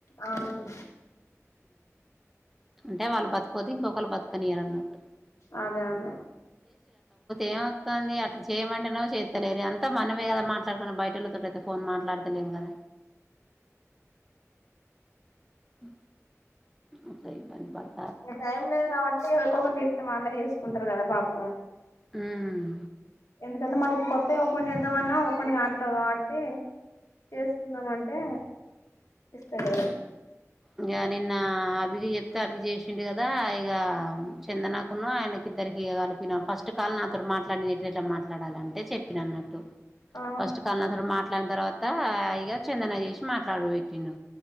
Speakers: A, on the left (about 70°); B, in the centre.
A: అవును
B: అంటే వాళ్ళు బతుకదు ఇంకొకళ్ళు బతుకనియ్యరు అన్నట్టు
A: అదే అదే
B: ఏమవుతుంది అట్లా చేయమంటేవో చేస్తలేదు అంతా మనమే కదా మాట్లాడుకుని బయటోళ్లతోటి అయితే ఫోన్ మాట్లాడతలేం కదా అ మళ్ళ ఇబ్బంది పడుతూ
A: ఇంకా టైం లేదు కాబట్టి ఎవరికొకరికి ఇత్తం వాళ్లే చేసు కుంటారు కదా పాపం
B: ఉమ్
A: ఎందుకంటే మళ్ళీ ఇప్పుడు కొత్తవి ఓపెన్ చేద్దామన్నా ఓపెన్ కావట్లే కాబట్టి చేసుకుందాం అంటే ఇస్తలే
B: ఇంకా నిన్న అభికి చెప్తే అభి చేసిండు కదా ఇగ చందన ఆయనకిద్దరికి కలిపిన ఫస్ట్ కాల్ నాతో మాట్లాడిన ఎట్ ఎట్లా మాట్లాడాలింటే చెప్పిన అన్నట్టు
A: ఆ
B: ఫస్ట్ కాల్ నాతోని మాట్లాడిన తర్వాత చందనా చేసి మాట్లాడు పెట్టి